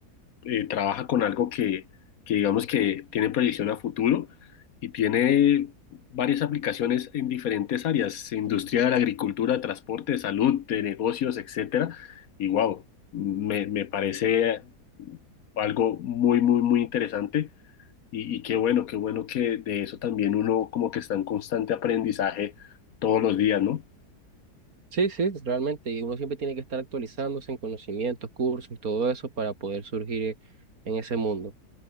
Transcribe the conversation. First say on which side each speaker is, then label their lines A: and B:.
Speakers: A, on the left (about 65°); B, on the right (about 60°).
A: eh, trabaja con algo que, que digamos que tiene proyección a futuro y tiene varias aplicaciones en diferentes áreas, industria de la agricultura, transporte, salud, de negocios, etcétera. Y wow, me, me parece algo muy, muy, muy interesante. Y, y qué bueno, qué bueno que de eso también uno como que está en constante aprendizaje todos los días, ¿no?
B: Sí, sí, realmente, y uno siempre tiene que estar actualizándose en conocimientos, cursos y todo eso para poder surgir en ese mundo.